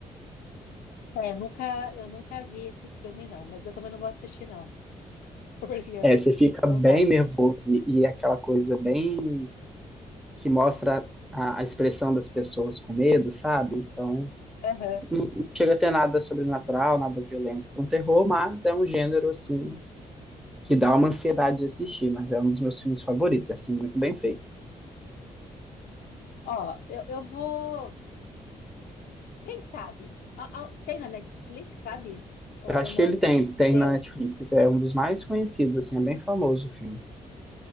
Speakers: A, on the left; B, in the centre.
A: É, nunca, eu nunca vi esse filme, não, mas eu também não vou assistir, não, <laughs> porque
B: É, você fica
A: não
B: bem
A: dá.
B: nervoso e, e é aquela coisa bem que mostra a, a expressão das pessoas com medo, sabe? Então,
A: Aham.
B: não não chega a ter nada sobrenatural, nada violento para um terror, mas é um gênero, assim, que dá uma ansiedade de assistir, mas é um dos meus filmes favoritos, é, assim, muito bem feito.
A: Ó, eu, eu vou. Quem sabe? A- a- Tem na Netflix, sabe? Ou,
B: Eu acho
A: ou não?
B: que ele tem, tem
A: Teu.
B: na Netflix, é um dos mais conhecidos, assim, é bem famoso o filme.